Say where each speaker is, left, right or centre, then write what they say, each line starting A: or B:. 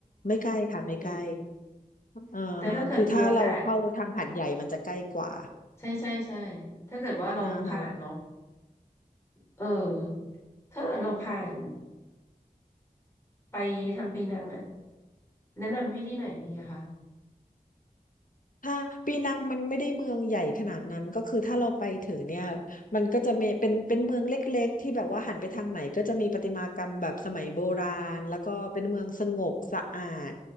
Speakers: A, on the left; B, on the left.
A: ไม่ใกล้ค่ะไม่ใกล้
B: โอเค
A: เอ่าฮะคือถ้าเราเข้าทางหาดใหญ่มันจะใกล้กว่า
B: แต่ถ้าเกิดมีโอกาส ใช่ใช่ใช่ถ้าเกิดว่าเราผ่านเนาะ
A: อ่าฮะ
B: เออถ้าเกิดเราผ่านไปทางปีนังอะแนะนำให้ที่ไหนดีอะคะ
A: ถ้าปีนังมันไม่ได้เมืองใหญ่ขนาดนั้นก็คือถ้าเราไปถึงเนี่ยมันก็จะมีเป็นเป็นเมืองเล็กๆที่แบบว่าหันไปทางไหนก็จะมีประติมากรรมแบบสมัยโบราณแล้วก็เป็นเมืองสงบสะอาด